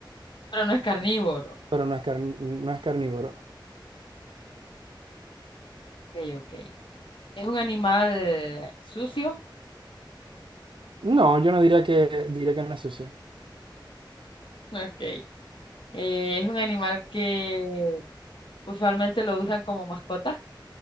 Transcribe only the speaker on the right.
Pero no es car- no es carnívoro.
No, yo no diría que diría que no es sucia.